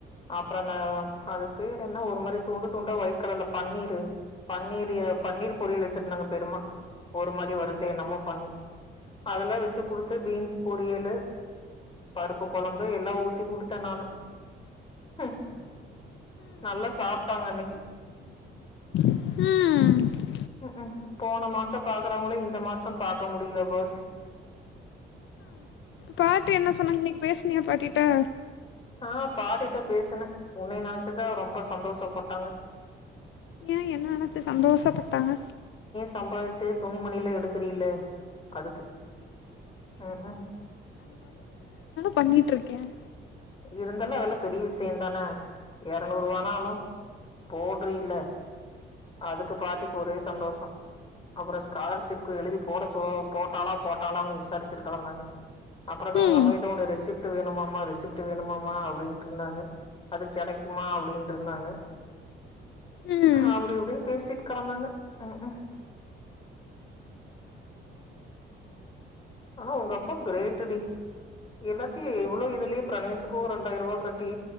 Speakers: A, on the left; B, on the left.
A: அப்புறம் அந்த அது பேரு என்ன ஒரு மாதிரி துண்டு துண்டா ஒயிட் கலர்ல பன்னீரு பன்னீரி பன்னீர் பொரியல் வச்சிருந்தாங்க பெரிமா. ஒரு மாரி வறுத்து என்னமோ பண்ணி அதெல்லாம் வச்சு குடுத்து பீன்ஸ் பொரியலு, பருப்பு குழம்பு எல்லாம் ஊத்தி குடுத்தன் நானு ம் நல்லா சாப்ட்டாங்க அன்னைக்கி.
B: ம்
A: உகும் போன மாசம் பாக்குறவங்கள இந்த மாசம் பாக்க முடியல பாரு
B: பாட்டி என்ன சொன்னாங்க இன்னைக்கு பேசினியா பாட்டி ட்ட
A: ஆஹ்ன் பாட்டிட்ட பேசுனன் உன்னைய நெனச்சிதான் ரொம்ப சந்தோஷப்பட்டாங்க.
B: ஏன் நெனச்சு சந்தோஷப்பட்டாங்க
A: சம்பாரிச்சு துணி மணில எடுக்கு றீல்ல அதுக்கு உகும்
B: பண்ணிட்டுருக்கேன்.
A: இருந்தாலும் அதெல்லாம் பெரிய விஷயம் தானே இருநூறு ரூவானாலும் போட்ரியல்ல அதுக்கு பாட்டிக்கு ஒரே சந்தோஷம். அப்புறம் ஸ்காலர்ஷிப்கு எழுதி போட போட்டாலா போட்டாலான்னு விசாரிச்சிட்டுகட ந்தாங்க அப்பறந்தான் உங்க
B: ம்
A: அம்மாகிட்ட ஒன்ன ரெசிப்ட் வேணுமாம்மா ரெசிப்ட் வேணுமாமா அப்டின்ட்டு இருந்தாங்க அது கிடைக்குமா அப்டின்ட்டு இருந்தாங்க
B: ம்
A: அப்டி இப்படின்னு பேசிட்டு கடந்தாங்க உம் உம். ஆனா உங்க அப்பா கிரேட்டுடி எல்லாத்தையும் எவ்வளவு இதுலயே பிரணேசுக்கும் ரெண்டாயிரம் ரூவாய் கட்டி